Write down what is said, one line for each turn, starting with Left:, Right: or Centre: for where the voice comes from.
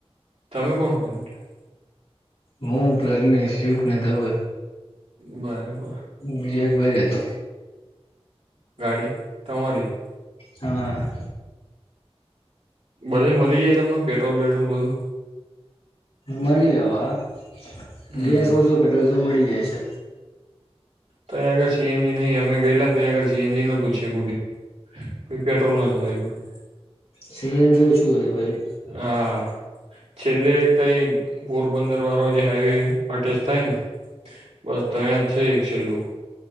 Right: તમે કોણ કોણ ગયા?
Left: હું પ્રજ્ઞેશ, યુગને ધવલ
Right: બરાબર.
Left: બીજ એક ભાઈ હતો.
Right: ગાડી તમારી જ?
Left: હા.
Right: બધેય મલી જાય તમને પેટ્રોલ પેટ્રોલ બધું?
Left: મલી જાવા
Right: હમ
Left: ગેસ ઓછું પેટ્રોલ તો મલી જાય છે.
Right: તહીં આગળ સી એન જી નહીં અમે ગયેલાને તહીં આગળ સી એન જી નતુ છેક લગી. પહી પેટ્રોલમાં ચલાવી પડી.
Left: સી એન જી શું હોય ભાઈ?
Right: આ છેલ્લે તઈ પોરબંદરવાળો જે હાઈવે અટેચ થાયને. બસ તય જ છે એક છેલ્લું.